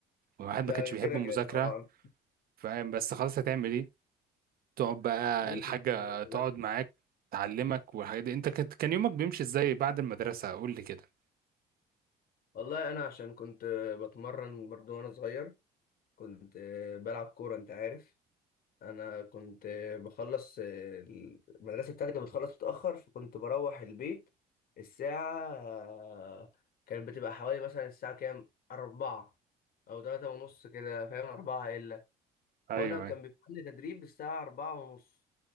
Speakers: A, on the right; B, on the left.
A: والواحد
B: ده
A: ما كانش
B: كده
A: بيحب المذاكرة
B: كده طبعا
A: فاهم بس خلاص هتعمل ايه تقعد بقى
B: مين
A: الحاجة
B: يحب المذاكرة
A: تقعد معاك تعلمك والحاجات دي انت كنت- كان يومك بيمشي ازاي بعد المدرسة قول لي كده
B: والله انا عشان كنت بتمرن برضو وانا صغير كنت بلعب كوره انت عارف انا كنت بخلص المدرسه بتاعتي كانت بتخلص متاخر فكنت بروح البيت الساعه كانت بتبقى حوالي مثلا الساعه كام أربعة أو تلاتة ونص كده فاهم أربعة إلا
A: ايوه
B: وأنا كان بيبقى عندي تدريب الساعة أربعة ونص